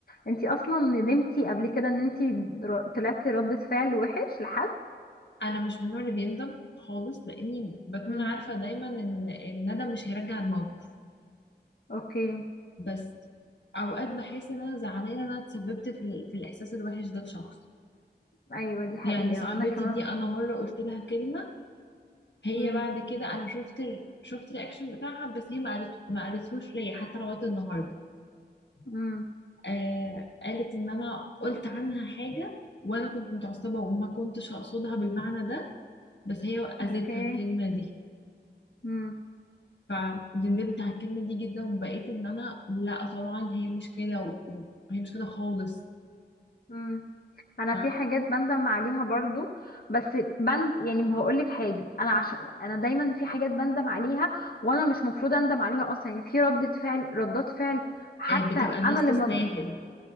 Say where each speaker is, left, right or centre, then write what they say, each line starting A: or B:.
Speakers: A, on the left; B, on the left.
A: انتي اصلا ندمتي قبل كده ان انتي ر- طلعتي ردة فعل وحش لحد
B: انا مش من النوع اللي بيندم خالص لاني بكون
A: امم
B: عارفة دايما ان الندم مش هيرجع الموقف
A: اوكي
B: بس اوقات بحس ان انا زعلانة ان انا اتسببت في, ال- في الاحساس الوحش ده لشخص
A: ايوه دي حقيقة
B: يعني صاحبتي
A: انا كمان
B: دي انا مرة قلت لها كلمة هي
A: امم
B: بعد كده انا شفت ال... شفت الرياكشن بتاعها بس هي ما قالت ما قالتهوش ليا حتى لغايه النهارده
A: امم
B: آه قالت ان انا قلت عنها حاجه وانا كنت متعصبه وما كنتش اقصدها بالمعنى ده بس هي اذتها
A: اوكي
B: الكلمه دي
A: امم
B: فندمت على الكلمه دي جدا وبقيت ان انا لا طبعا هي مش كده و- و- وهي مش كده خالص
A: امم انا
B: ف آه،
A: في حاجات بندم عليها برضو بس بند يعني هقول لك حاجه انا عشان انا دايما في حاجات بندم عليها وانا مش مفروض اندم عليها اصلا يعني في ردة فعل ردات فعل حتى
B: بتبقى الناس
A: انا
B: تستاهل
A: لما